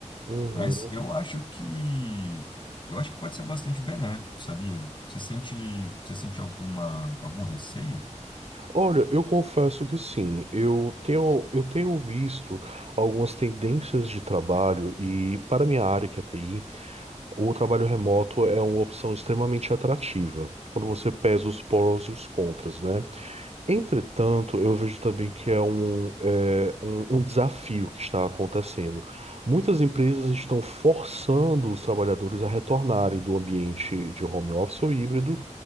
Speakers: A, on the right (about 55°); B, on the left (about 40°).
A: Uhum.
B: Mas eu acho que eu acho que pode ser bastante benéfico, sabia? Você sente, você sente alguma, algum receio?
A: Olha, eu confesso que sim, eu tenho, eu tenho visto algumas tendências de trabalho e, para minha área, que é TI, o trabalho remoto é uma opção extremamente atrativa, quando você pesa os prós e os contras, né? Entretanto, eu vejo também que é um, é, um, um desafio que está acontecendo. Muitas empresas estão forçando os trabalhadores a retornarem do ambiente de home office ou híbrido